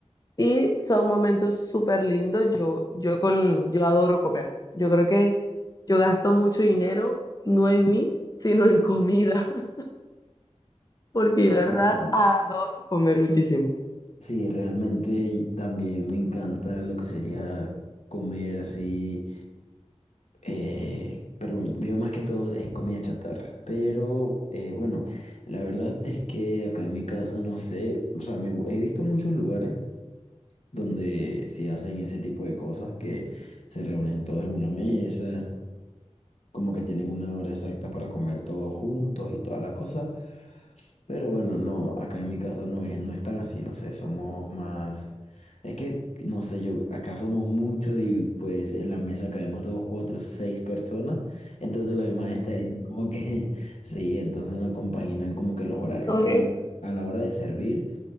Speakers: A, on the left; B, on the left.
A: Y son momentos súper lindos. Yo, yo, con, yo adoro comer. Yo creo que yo gasto mucho dinero, no en mí, sino en comida, <laughs> porque yo de verdad
B: Bueno,
A: adoro comer muchísimo.
B: Sí, realmente también me encanta lo que sería comer así, eh, pero yo más que todo es comida chatarra. Pero eh, bueno, la verdad es que acá en mi casa, no sé, o sea, me, gu- he visto muchos lugares donde sí hacen ese tipo de cosas que se reúnen todos en una mesa, como que tienen una hora exacta para comer todos juntos y toda la cosa. Pero bueno, no, acá en mi casa no es, no es tan así, no sé, somos más... Es que, no sé, yo, acá somos muchos y pues en la mesa caemos dos, cuatro, seis personas, entonces los demás estarían como que, <laughs> sí, entonces no compaginan como que los horarios,
A: Ok.
B: pero a la a la hora de servir